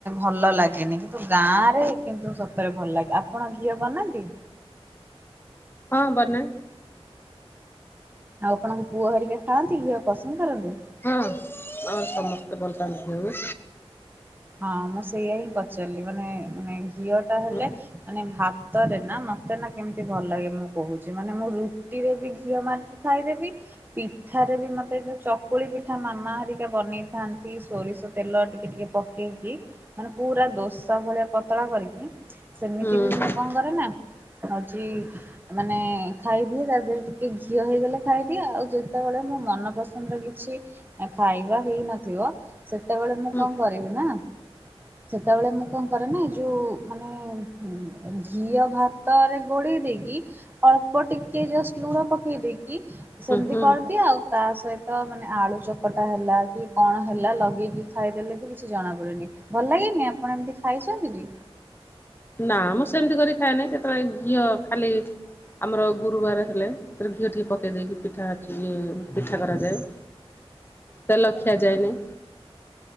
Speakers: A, on the right (about 20°); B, on the left (about 20°).
A: ଭଲ ଲାଗେନି କିନ୍ତୁ ଗାଁ ରେ କିନ୍ତୁ ସତରେ ଭଲ ଲାଗେ। ଆପଣ ଘିଅ ବନାନ୍ତି।
B: ହଁ ବର ନା।
A: ଆଉ ଆପଣଙ୍କୁ ପୁଅ ହେରିକା ଖାଆନ୍ତି। ଘିଅ ପସନ୍ଦ କରନ୍ତି।
B: ହଁ ଆମର ସମସ୍ତେ ଭଲ ପାଆନ୍ତି ଘିଅ କୁ।
A: ହଁ ମୁଁ ସେଇୟା ହିଁ ପଚାରିଲି ମାନେ ମାନେ ଘିଅ ଟା ହେଲେ
B: ହୁଁ
A: ମାନେ ଭାତରେ ନା ମତେ ନା କେମିତି ଭଲ ଲାଗେ ମୁଁ କହୁଛି ମାନେ ମୁଁ ରୁଟିରେ ବି ଘିଅ ମାରି ଖାଇରେବି ପିଠାରେ ବି ମତେ ଯୋଉ ଚକୁଳି ପିଠା ମାମା ହରିକା ବନେଇଥାନ୍ତି ସୋରିଷ ତେଲ ଟିକେ ଟିକେ ପ ପେଇକି ମାନେ ପୁରା ଦୋସା ଭଳିଆ ପତଳା କରିକି ସେମିତି
B: ହୁଁ
A: ବି ମୁଁ କଣ କରେ ନା ହଉଛି ମାନେ ଖାଇଦିଏ ତା ଦେହରେ ଟିକେ ଘିଅ ହେଇଗଲେ ଖାଇଦିଏ ଆଉ ଯେତବେଳେ ମୋ ମନପସନ୍ଦର କିଛି ଏଁ ଖାଇବା ହେଇ ନଥିବ ସେତେବେଳେ ମୁଁ
B: ହୁଁ
A: କଣ କରିବି ନାଁ ସେତେବେଳେ ମୁଁ କଁ କରେ ନା ଏ ଯୋଉ ମାନେ ହୁଁ ଘିଅ ଭାତରେ ଗୋଳେଇ ଦେଇକି ଅଳ୍ପ ଟିକେ ଜଷ୍ଟ ଲୁଣ ପକେଇ ଦେଇକି ସେମିତି
B: ହୁଁ
A: କରିଦିଏ ଆଉ ତା ସହିତ ମାନେ ଆଳୁ ଚକଟା ହେଲା କି କଣ ହେଲା ଲଗେଇକି ଖାଇଦେଲେ ବି କି ଛି ଜଣା ପଡ଼େନି ଭଲ ଲାଗେନି ଆପଣ ଏମିତି ଖାଇଛନ୍ତି କି?
B: ନାଁ ମୁଁ ସେମିତି କରି ଖାଏ ନାହିଁ କେତୋଳେ ଘିଅ ଖାଲି ଆମର ଗୁରୁବାର ହେଲେ ସେଥିରେ ଘିଅ ଟିିକିଏ ପକେଇ ଦେଇକି ପିଠା ଚି ଏ ପିଠା କରାଯାଏ। ତେଲ ଖିଆ ଯାଏନାଇଁ।